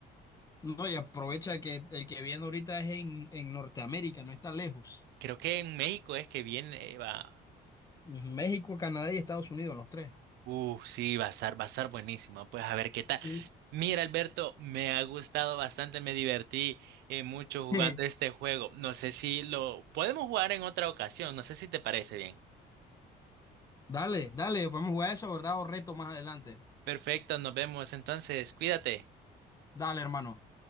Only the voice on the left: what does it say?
No, y aprovecha que el que viene ahorita es en, en Norteamérica, no está lejos.
México, Canadá y Estados Unidos, los tres.
Sí.
<laughs>
Dale, dale, podemos jugar eso, ¿verdad? O reto más adelante.
Dale, hermano.